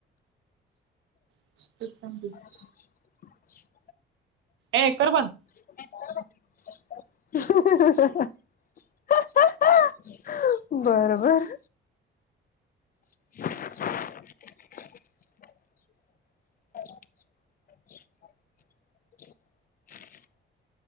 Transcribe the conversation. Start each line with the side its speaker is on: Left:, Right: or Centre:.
Right: <unintelligible>
Left: <inaudible> <unintelligible>
Right: ए कर बंद,
Left: <unintelligible> बर बर <unintelligible> <inaudible>